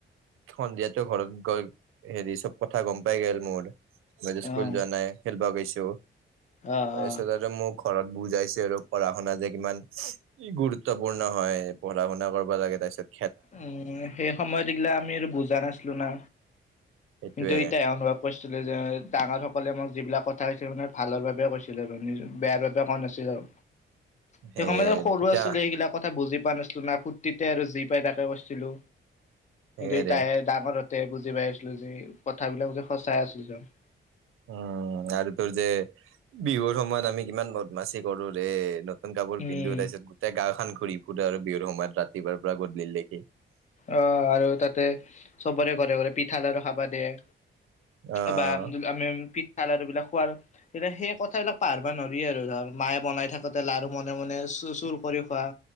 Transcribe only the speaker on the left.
অ
অ',
অ'।
উম, সেই সময়ত এইগিলা আমি আৰু বুজা নাছিলোঁ না।
দুইটাই অলপ-অলপ। কৈছিলে যে, ডাঙৰ সকলে মোক যিবিলাক কথা কৈছিলে মানে, ভালৰ বাবে কৈছিলে আৰু নিজ, বেয়া ভাবে কোৱা নাছিল আৰু! সেই
সময়ত সৰু
আছিলোঁ। সেইগিলাক কথা বুজি পোৱা নাছিলোঁ, না। ফুুৰ্তিতে আৰু যি পাই, তাক কৰিছিলোঁ।
দেউতাহে ডাঙৰতে বুজি পাইছিলোঁ যে, ক কথাবিলাককে সঁচাই আছিলোঁ, যেন।
উম,
অ'! আৰু তাতে, চবৰে ঘৰে-ঘৰে, পিঠা-লাৰু খাবা দিয়ে।
বা আমি, পিঠা লাৰু এইবিলাক খোৱাৰ, তেতিয়া, সেই কথাবিলাক পাহাৰিব নোৱাৰি আৰু ধৰ, মায়ে, বনাই থাকোঁতে, লাৰু মনে-মনে চু-চুৰ কৰি খোৱা!